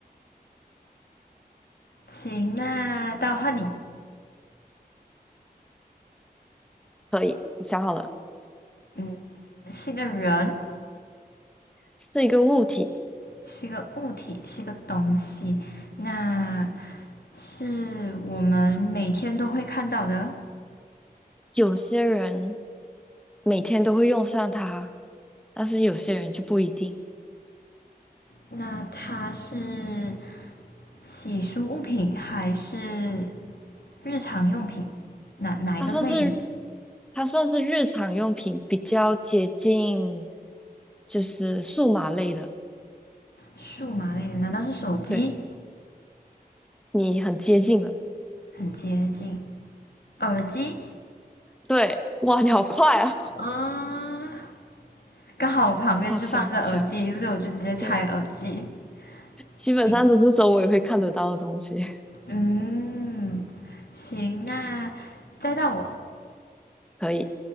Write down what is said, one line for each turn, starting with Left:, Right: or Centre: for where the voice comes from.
Left: 行，那到换你，
Centre: 可以，我想好了，
Left: 嗯，是个人，
Centre: 是一个物体，
Left: 是个物体，是个东西，那是我们每天都会看到的。
Centre: 有些人每天都会用上它，但是有些人就不一定。
Left: 那它是洗漱物品还是日常用品？哪哪一个类？
Centre: 他算是它算是日常用品，比较接近，就是数码类的。
Left: 数码类的？难道是手机？
Centre: 对，你很接近了。
Left: 很接近。耳机
Centre: 对，哇，你好快啊，
Left: 啊，刚好我旁边就放着耳机，
Centre: <laughs> 好强，好强。
Left: 所以我就直接猜耳机。
Centre: 对，基本上都是周围会看得到的东西。
Left: 行，
Centre: <laughs>
Left: 嗯，行，那再到我。
Centre: 可以，